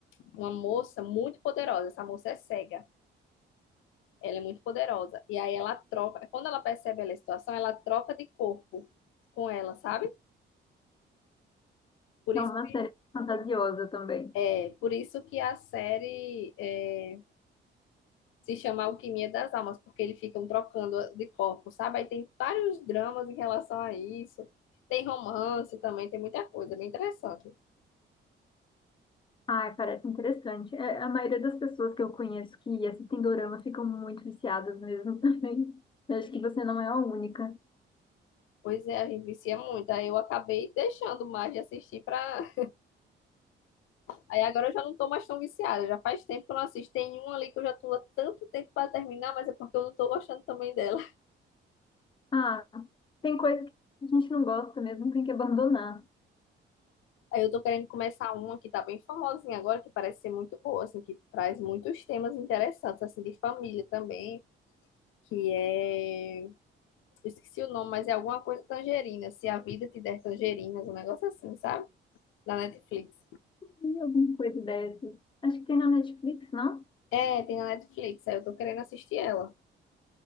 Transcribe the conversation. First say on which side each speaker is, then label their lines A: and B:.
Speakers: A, on the left (about 90°); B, on the left (about 25°).
A: uma moça muito poderosa. Essa moça é cega. Ela é muito poderosa. E aí ela troca, quando ela percebe a situação, ela troca de corpo com ela, sabe? Por
B: Não,
A: isso,
B: uma série fantasiosa também.
A: é, por isso que a série é, se chama Alquimia das Almas, porque eles ficam trocando de corpo, sabe? Aí tem vários dramas em relação a isso. Tem romance também, tem muita coisa, é bem interessante.
B: Ai, parece interessante. É, a maioria das pessoas que eu conheço que assistem dorama ficam muito viciadas mesmo <laughs> também. Eu acho que você não é a única.
A: Pois é, a gente vicia muito. Aí eu acabei deixando mais de assistir pra. Aí agora eu já não tô mais tão viciada. Já faz tempo que eu não assisto. Tem um ali que eu já tô há tanto tempo pra terminar, mas é porque eu não tô gostando também dela.
B: Ah, tem coisa que a gente não gosta mesmo, tem que abandonar.
A: Aí eu tô querendo começar uma que tá bem famosinha agora, que parece ser muito boa, assim, que traz muitos temas interessantes, assim, de família também, que é... eu Esqueci o nome, mas é alguma coisa tangerina, se a vida te der tangerinas, um negócio assim, sabe? Na Netflix.
B: E alguma coisa dessas. Acho que tem na Netflix, não?
A: É, tem na Netflix, aí eu tô querendo assistir ela,